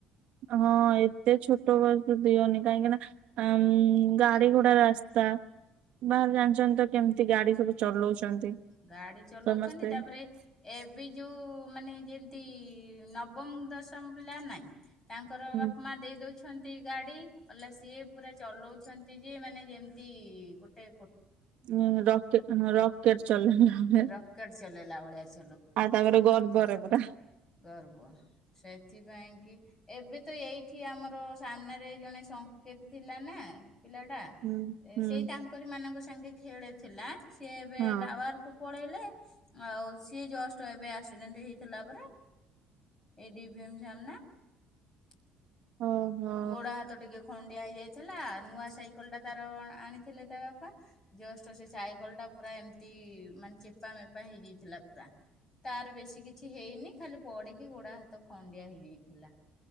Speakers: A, on the right; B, on the left.
A: ହଁ ଏତେ ଛୋଟ ବଲ୍ଠୁ ଦିଅନି କାଇଁକିନା ଆଁ ଉଁ ଗାଡ଼ି ଘୋଡ଼ା ରେ ଅସ୍ ତା ବାହାରେ ଜାଣିଛନ୍ତି ତ କେମ୍ତି ଗାଡ଼ି ସବୁ ଚଲଉଛନ୍ତି।
B: ଗାଡି ଚଲଉଛନ୍ତି
A: ସମସ୍ତେ
B: ତାପରେ ଏବେ ଯୋଉ ମାନେ ଯେମ୍ତି ନବମ୍ ଦଶମ୍ ପିଲା ନାଇଁ ତାଙ୍କର
A: ଉଁ
B: ବାପ୍ ମା ଦେଇ ଦଉଛନ୍ତି। ଗାଡ଼ି ଅଲା ସିଏ ପୁରା ଚଲଉଛନ୍ତି ଯେ ମାନେ ଯେମ୍ତି ସେ
A: ଉଁ ରକେଟ୍ ହଁ ରକେଟ୍ ଚଳେଇଲା ଭଳିଆ।
B: ରକେଟ ଚଲେଇଲା ବଳେ ଆଏସି।
A: ଆ ତାପରେ ଗର୍ବଗରେବୁରା।
B: ଗର୍ବ ସେଥିପାଇଁ କି ଏବେ ତ ଏଇି ଏଠି ଆମର ସାମ୍ନାରେ ଜଣେ ସଂଙ୍କେପ୍ ଥିଲା ନା। ପିଲା ଟା
A: ହୁଁ
B: ଏ
A: ହୁଁ।
B: ସେଇ ତାଙ୍କରି ମାନଙ୍କ ସାଙ୍ଗେ ଖେଳୁଥିଲା ସିଏ ଏବେ
A: ହଁ
B: ଟାୱାର। କୁ ପଳେଇଲେ ଆଉ ସିଏ ଜଷ୍ଟ ଏବେ ଆକ୍ସିଡେଣ୍ଟ୍ ହେଇଥିଲା ପରା। ଏ ଡି ଭି ଏ ମ ସାମ୍ନା ‌।
A: ଓହୋ
B: ଗୋଡ ହାତ ଟିକେ ଖଣ୍ଡ ଖଣ୍ଡିଆ ହେଇ ଯାଇଥିଲା ନୂଆ ସାଇକେଲ ଟା ତାର ଆଣିଥିଲେ ତା ବାପା ଜଷ୍ଟ ସେ ସାଇକେଲ ଟା ପୁରା। ଏମତି ମାନେ ଚେପା ମେପା ହେଇଯାଇଥିଲା ପୁରା। ତାର ବେଶୀ କିଛି ହେଇନି ଖାଲି ପଡିକି ଗୋଡ ହାତ ଖଣ୍ଡିଆ ହେଇଯାଇଥିଲା।